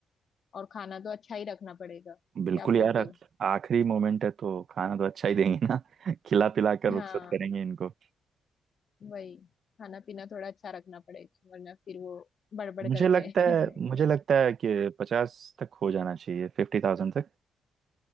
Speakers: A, on the left; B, on the right.
A: और खाना तो अच्छा ही रखना पड़ेगा
B: बिल्कुल
A: क्या बोलते
B: यार
A: हो
B: आखिरी मोमेंट है तो खाना तो अच्छा ही देंगे ना <laughs> खिला पिला कर रुखसत
A: हाँ
B: करेंगे इनको
A: वही खाना पीना थोड़ा अच्छा रखना पड़ेगा वरना फिर वो बड़बड़
B: मुझे
A: करते
B: लगता
A: हैं
B: है मुझे
A: <laughs>
B: लगता है कि पचास तक हो जाना चाहिए फिफ्टी थाउजेंड तक